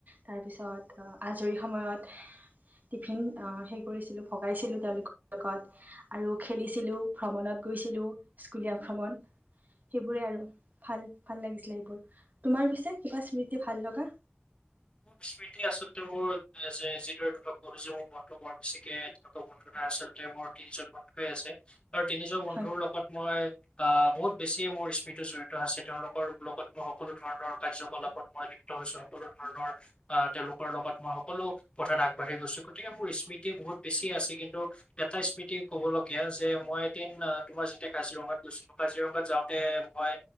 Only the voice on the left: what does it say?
<inaudible> মোৰ স্মৃতি আচলতে মোৰ যে যিদৰে তোমাক কলোঁ যে মোৰ মনটো বৰ বেছিকে তেনেকুৱা বন্ধো নাই আচলতে মোৰ তিনিজন বন্ধুৱে আছে আৰু তিনিজন বন্ধুৰ
লগত মই। আহ বহুত বেছিয়ে মোৰ স্মৃতি জড়িত আছে তেওঁলোকৰ লগত মই সকলো ধৰণৰ কাৰ্যকলাপত মই লিপ্ত। হৈছো সকলো। ধৰণৰ আহ তেওঁলোকৰ লগত মই সকলো কথাত আগবাঢ়ি গৈছো গতিকে মোৰ স্মৃতি বহুত বেছি আছিল। কিন্তু এটা স্মৃতি ক'বলগীয়া যে মই এদিন তোমাৰ যেতিয়া কাজিৰঙাত গৈছোঁ কাজিৰঙাত য- তে মই